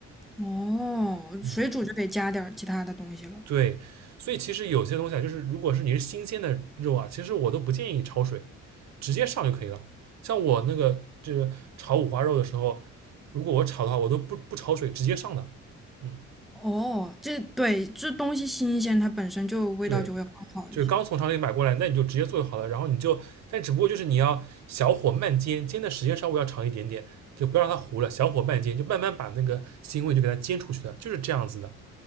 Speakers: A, in the centre; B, on the right.
A: 哦，
B: 嗯，
A: 水煮就得加点儿其他的东西了。
B: 对。所以其实有些东西啊，就是如果是你是新鲜的肉啊，其实我都不建议焯水。直接上就可以了。像我那个就是炒五花肉的时候，如果我炒的话，我都不不焯水，直接上的。嗯，
A: 哦，这对，这东西新鲜，它本身就味道就会更好一些。
B: 对，就是刚从厂里买过来，那你就直接做就好了。然后你就，但只不过就是你要小火慢煎，煎的时间稍微要长一点点，就不要让它糊了，小火慢煎，就慢慢把那个腥味就给它煎出去的，就是这样子的。